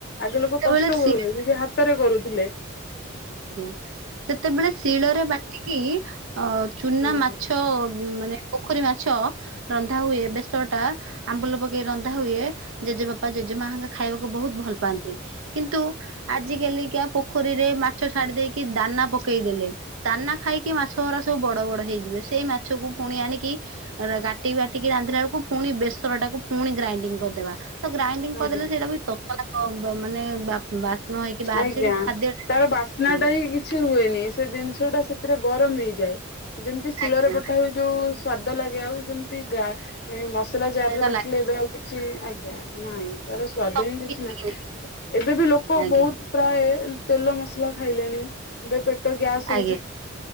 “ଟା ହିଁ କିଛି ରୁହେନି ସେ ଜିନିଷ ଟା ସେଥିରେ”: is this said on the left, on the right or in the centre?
Left